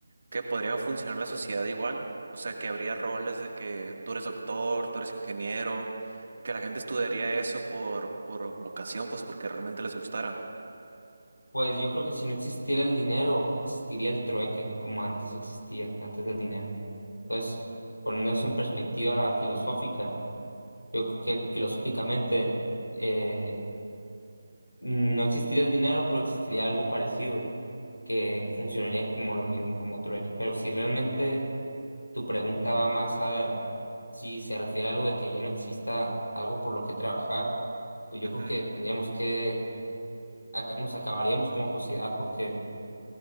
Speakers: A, on the right (about 75°); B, on the left (about 85°).
A: que podría funcionar la sociedad igual? O sea, que habría roles de que tú eres doctor, tú eres ingeniero, que la gente estudiaría eso por, por vocación, pues porque realmente les gustara.
B: Pues yo creo que si no existiera el dinero, existiría el trueque, como antes existía, antes del dinero. Entonces, poniendo eso en perspectiva filosófica, yo creo que filosóficamente eh, no existiría el dinero, pero existiría algo parecido que funcionaría como lo mismo, como trueque. Pero si realmente tu pregunta va más a si se refiere a algo de que ya no exista algo por lo que trabajar, pues yo
A: Ujú.
B: creo que tendríamos que aca- nos acabaríamos como sociedad porque